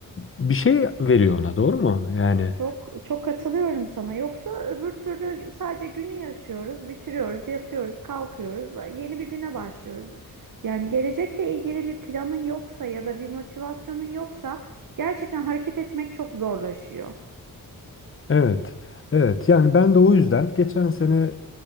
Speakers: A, on the left; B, on the right.
A: bir şey veriyor ona doğru mu? Yani
B: Çok çok katılıyorum sana. Yoksa öbür türlü sadece günü yaşıyoruz, bitiriyoruz, yatıyoruz, kalkıyoruz, ba- yeni bir güne başlıyoruz. Yani gelecekle ilgili bir planın yoksa ya da bir motivasyonun yoksa gerçekten hareket etmek çok zorlaşıyor.
A: evet. Evet yani ben de o yüzden geçen sene